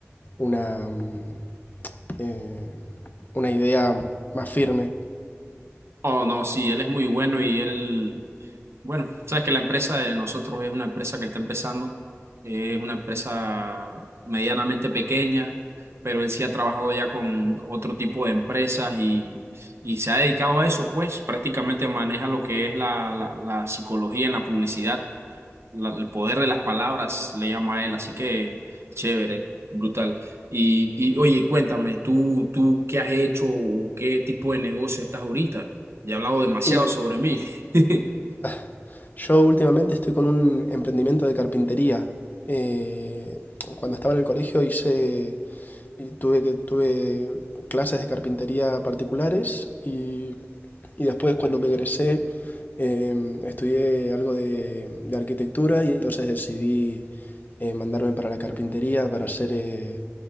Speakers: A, on the left (about 40°); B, on the right (about 60°).
A: una, mm, eh, una idea más firme.
B: Oh, no, sí, él es muy bueno y él Bueno, sabes que la empresa de nosotros es una empresa que está empezando, eh, es una empresa medianamente pequeña, pero él sí ha trabajado ya con otro tipo de empresas y, y se ha dedicado a eso, pues prácticamente maneja lo que es la, la, la psicología en la publicidad, la- el poder de las palabras, le llama a él, así que chévere, brutal. Y, y oye, cuéntame, ¿tú, tú qué has hecho o qué tipo de negocio estás ahorita? Ya he hablado demasiado
A: Y
B: sobre mí. <laughs>
A: <laughs> yo últimamente estoy con un emprendimiento de carpintería. Eh, cuando estaba en el colegio hice Y tuve, que- tuve clases de carpintería particulares y, y después cuando me egresé em, estudié algo de, de arquitectura y entonces decidí eh, mandarme para la carpintería para hacer, eh,